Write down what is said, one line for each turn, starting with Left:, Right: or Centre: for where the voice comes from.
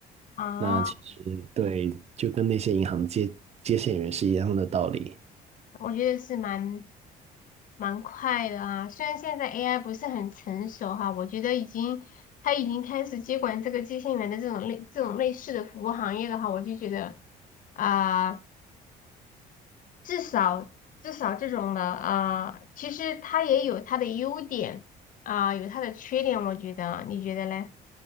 Left: 啊，
Right: 那其实对，就跟那些银行接接线员是一样的道理。
Left: 我觉得是蛮蛮快的啊。虽然现在 AI 不是很成熟哈，我觉得已经它已经开始接管这个接线员的这种类这种类似的服务行业的话，我就觉得啊、至少至少这种的啊、呃其实它也有它的优点啊、有它的缺点，我觉得，你觉得嘞？